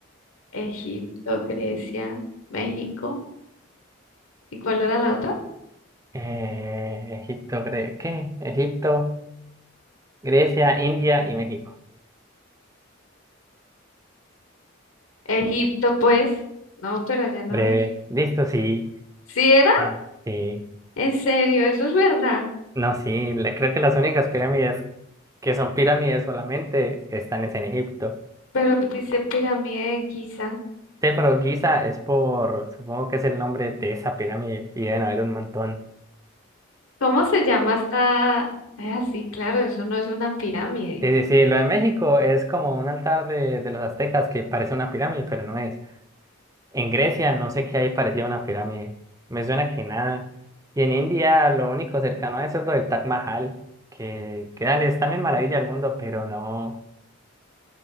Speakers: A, on the left (about 75°); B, on the right (about 15°).
A: Egipto, Grecia, México. ¿Y cuál era la otra?
B: eh, Egipto, Gre- ¿qué? Egipto, Grecia, India y México.
A: Egipto, pues. No, pero allá no
B: Breve.
A: es.
B: Listo, sí.
A: ¿Sí era?
B: Ah, sí.
A: ¿En serio? Eso es verdad.
B: No, sí, la- creo que las únicas pirámides que son pirámides solamente están es en Egipto.
A: Pero dice pirámide de Giza.
B: Sí, pero Giza es por, supongo que es el nombre de esa pirámide y deben haber un montón.
A: ¿Cómo se llama esta? Es así, claro, eso no es una pirámide.
B: Sí, sí, sí, lo de México es como un altar de, de los aztecas que parece una pirámide, pero no es. En Grecia no sé qué hay parecido a una pirámide, me suena que nada. Y en India lo único cercano a eso es lo del Taj Mahal, que, que dale, es también maravilla del mundo, pero no,